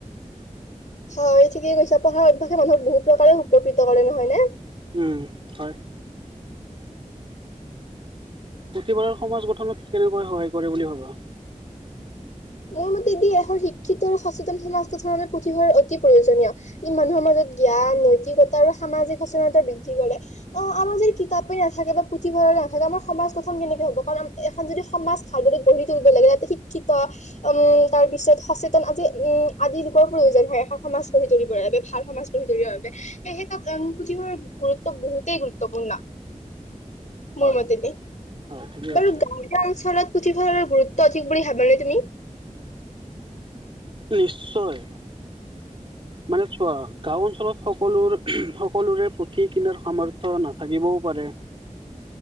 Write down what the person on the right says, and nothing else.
উম, হয়। পুথিভঁৰালে সমাজ গঠনত কেনেকৈ সহায় কৰে বুলি ভাবা?
হয়
হয় ঠিকেই
কৈছা
নিশ্চয়।
মানে চোৱা, গাওঁ অঞ্চলত সকলোৰে, সকলোৰে পুথি কিনাৰ সামৰ্থয় নাথাকিবও পাৰে।